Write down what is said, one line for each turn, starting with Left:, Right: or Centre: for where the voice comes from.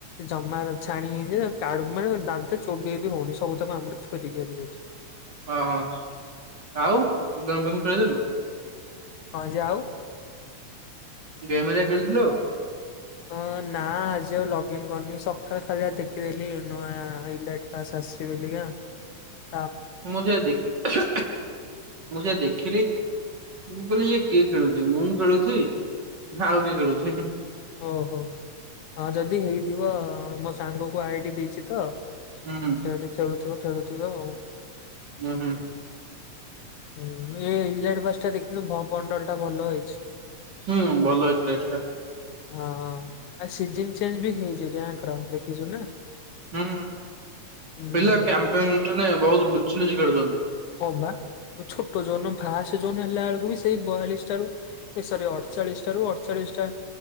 Left: ଜମା ଛାଣି ହେଇନି କାଡୁ ମାଡୁ ମାନେ ଦାନ୍ତ ରେ ଚୋବେଇ ବି ହଉନି ସବୁ ତ <unintelligible>
Right: ଓ ହଁ ଆଉ <unintelligible>
Left: ହଁ ଯେ ଆଉ
Right: ଗେମ ହେରିକା ଖେଳୁଥିଲ ଆଉ?
Left: ହଁ ନା ଆଜି ଆଉ ଲଗିନ୍ କରନି ସକାଳ ଖାଲି ଆଉ ଦେଖିଦେଲି <unintelligible> ସିବି <unintelligible>
Right: ମୁଁ ଯା ଦେଖି ମୁଁ ଯାହା ଦେଖିଲି। ମୁଁ କହିଲି ଇଏ କିଏ ଖେଳୁଛି ମୁଁ ଖେଳୁଛି। ଆଉ କିଏ ଖେଳୁଛି
Left: ଓ
Right: ହୁଁ।
Left: ହୋ ହଁ ଜ ଯଦି ହେଇଥିବ ମୋ ସାଙ୍ଗକୁ ଆଇଡି ଦେଇଛି ତ।
Right: ହୁଁ
Left: ସେ ଯଦି ଖେଳୁଥିବ ଖେଳୁଥିବ ଆଉ।
Right: ହୁଁ ହୁଁ।
Left: ହୁଁ ଏଇ <unintelligible> ପଣ୍ଡଳ ଟା ଭଲ ହେଇଛି?
Right: ହୁଁ ଭଲ ହେଇଛି ଡ୍ରେସ ଟା।
Left: ହଁ ହଁ ଆଉ ସିଜନ ଚେଞ୍ଜ ବି ହେଇଛି ଗାଁଙ୍କର। ଦେଖିଛୁ ନା?
Right: ହୁଁ
Left: ହୁଁ
Right: ପିଲା କ୍ୟାମ୍ପିୟନ ମାନେ ବହୁତ ଲୁଚି ଲୁଚି ଖେଳୁଛନ୍ତି।
Left: ହଁ ବା, ଛୋଟ ଯୋଉ ଦିନ ଭାସ ଯୋନ ହେଲା ବେଳକୁ ବି ସେଇ ବୟାଳିଶ ଠାରୁ ୟେ ସୋରି ଅଠ ଚାଳିଶ ଠାରୁ ଅଠଚାଳିଶ ଟା